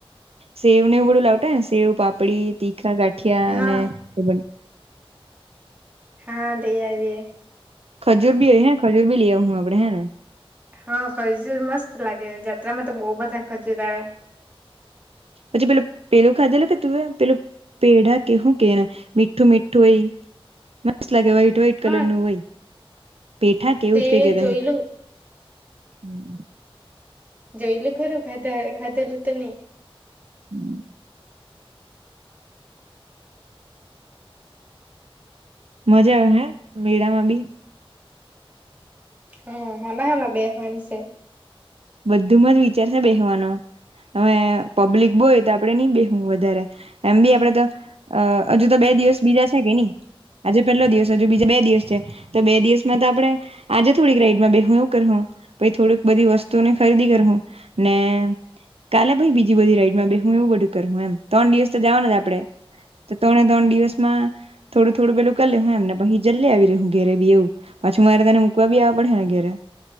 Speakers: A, on the right; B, on the right.
A: સેવ ને એવું બડું લાવતાને સેવ પાપડી તીખા ગાઠિયા
B: હા
A: અને હમ.
B: હા લઈ આવી આવીએ.
A: ખજૂર બી હે ખજૂર બી લઈ હું આપડે હે ને.
B: હા ખજૂર મસ્ત લાગે જાત્રામાં તો બહ બધા ખજૂર આવે.
A: પછી પેલો પેલું ખાધેલો કે તું એ પેલું પેડાા કેવું કેને મીઠું મીઠું તોય લાગે વ્હાઈટ વ્હાઈટ
B: હા
A: કલર નું હોય પેઠા કેવું
B: તે
A: જ કઈ કેતા
B: જોયલું
A: હમ.
B: જઈલું ખરું ખા ખાધલું તો નહી.
A: હમ. મજા આવહે મેળામાં બી
B: હમ્મ હેમા હેમા બેહવાની શ
A: બધુંમાં જ વિચારશે બેહવાનો. હવે પબ્લિક બોય તો આપડે નઈ બેહવું વધારે એમ બી આપડે તો અ હજુ તો બે દિવસ બીજા છે કે ની આજે પેલો દિવસ હજુ બીજા બે દિવસ છે તો બે દિવસમાં તો આપડે આજે થોડીક રાઈડમાં બે હું એવું કરહું પહી થોડુક બધી વસ્તુને ખરીદી કરહુ ને કાલે પહી બીજી બધી રાઈડ માં બેહુ એવું બધું કરહુ એમ તણ દિવસ તો જાવાના જ આપડે તો તણે તણ દિવસ માં થોડું થોડું પેલું કર લેહુ એમ ને પછી જલ્લે આવી રેહુ ઘેરે બી એવું પાછું મારે તને મૂકવા બી આવા પડેહેને ઘેરે